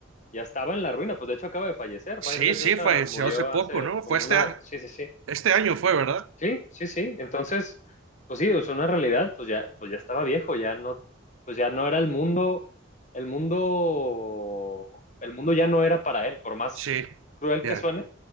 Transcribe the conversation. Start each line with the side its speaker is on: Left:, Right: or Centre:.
Left: ya estaba en la ruina. Pues de hecho acaba de fallecer.
Right: Sí,
Left: Vargas
Right: sí,
Left: Llosa
Right: falleció
Left: murió
Right: hace poco,
Left: hace
Right: ¿no?
Left: como
Right: Fue este
Left: una,
Right: año,
Left: sí, sí, sí
Right: este año fue, ¿verdad?
Left: Sí, sí, sí. Entonces, pues sí, es una realidad, pues ya, pues ya estaba viejo, ya no, pues ya no era el mundo, el mundo, el mundo ya no era para él, por más
Right: Sí,
Left: cruel
Right: ya.
Left: que suene,